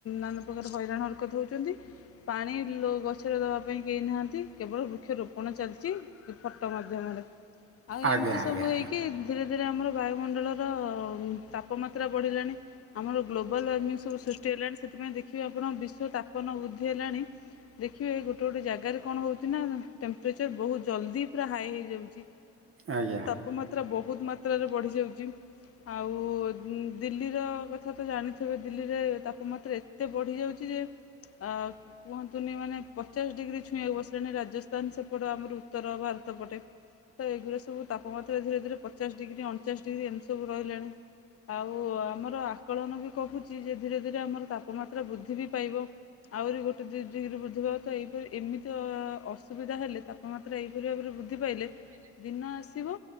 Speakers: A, on the left; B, on the right.
A: ନାନା ପ୍ରକାର ହଇରାଣ ହରକତ ହୋଉଚନ୍ତି। ପାଣି ଗଛରେ ଦେବା ପାଇଁ କେହି ନାହାନ୍ତି କେବଳ ବୃକ୍ଷରୋପ କଣ ଚାଲିଚି ଫଟୋ ମାଧ୍ୟମରେ ଆଉ
B: ଆଜ୍ଞା
A: ଏମିତି
B: ଆଜ୍ଞା
A: ସବୁ ହେଇକି ଧୀରେ ଧୀରେ ଆମର ବାୟୁମଣ୍ଡଳର ତାପମାତ୍ରା ବଢ଼ିଲାଣି। ଆମର ଗ୍ଲୋବାଲ୍ ୱାର୍ମିଙ୍ଗ ସବୁ ସୃଷ୍ଟି ହେଲାଣି ସେଥିପାଇଁ ଦେଖିବେ ଆପଣ ବିଶ୍ୱ ତାପମାନ ବୃଦ୍ଧି ହେଲାଣି ଦେଖିବେ ଏ ଗୋଟେ ଗୋଟେ ଜାଗାରେ କଣ ହୋଉଚି ନା ଟେମ୍ପରେଚର ବହୁତ ଜଲ୍ଦି ପୁରା ହାଇ ହେଇଯାଉଚି। ହ
B: ଆଜ୍ଞା।
A: ତାପମାତ୍ରା ବହୁତ ମାତ୍ରାରେ ବଢ଼ିଯାଉଚି ଆଉ ଦିଲ୍ଲୀର ଯଥା ତ ଜାଣିଥିବେ ଦିଲ୍ଲୀରେ ତାପମାତ୍ରା ଏତେ ବଢ଼ିଯାଉଚି ଯେ ଆ କୁହନ୍ତୁନି ମାନେ ପଚାଶ ଡିଗ୍ରୀ ଛୁଇଁବାକୁ ବସିଲାଣି ରାଜସ୍ଥାନ ସେପଟ ଆମର ଉତ୍ତର ଭାରତ ପଟେ। ତ ଏଗୁରା ସବୁ ତାପମାତ୍ରା ଧୀରେ ଧୀରେ ପଚାଶ ଡିଗ୍ରୀ ଅଣଚାଶ ଡିଗ୍ରୀ ଏମତି ସବୁ ରହିଲାଣି। ଆଉ ଆମର ଆକଳନ ବି କହୁଚି ଯେ ଧୀରେ ଧୀରେ ଆମର ତାପମାତ୍ରା ବୃଦ୍ଧି ବି ପାଇବ। ଆହୁରି ଗୋଟେ ଦୁଇ ଡିଗ୍ରୀ ବୃଦ୍ଧି ଭ ତ ଏହିପରି ଏମିତି ଅସୁବିଧା ହେଲେ ତା ତାପ ମାତ୍ର ଏହିପରି ଭାବରେ ବୃଦ୍ଧି ପାଇଲେ
B: ପାଇଲେ
A: ଦିନ ଆସିବ